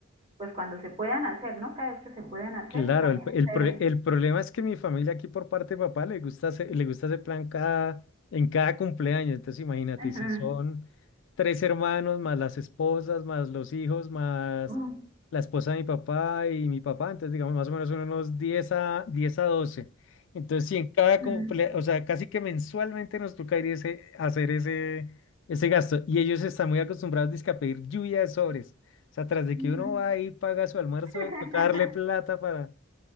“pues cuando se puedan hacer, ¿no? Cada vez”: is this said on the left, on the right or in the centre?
Right